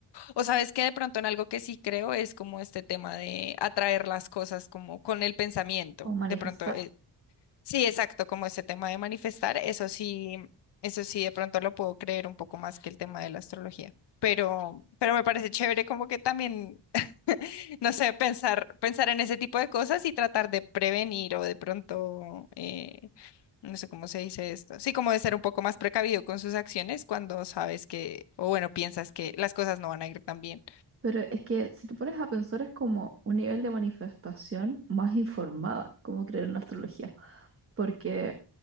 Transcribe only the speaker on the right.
o manifestar.
Pero es que si tú pones a pensar es como un nivel de manifestación más informada, como creer en la astrología. Porque,